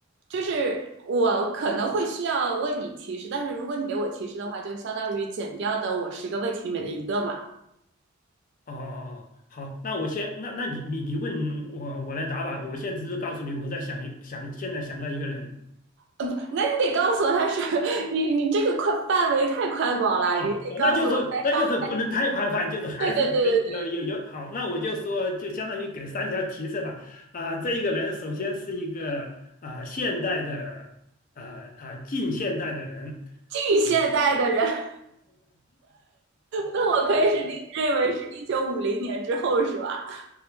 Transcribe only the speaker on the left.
哦哦哦，好，那我先，那那你你你问我，我来答吧。我现在只是告诉你，我在想一想，现在想到一个人。
哦，
那就是那就是不能太宽泛，就是还是得有有有好。
那我就说，就相当于给三条提示吧。啊、这一个人首先是一个啊、现代的啊啊、近现代的人
啊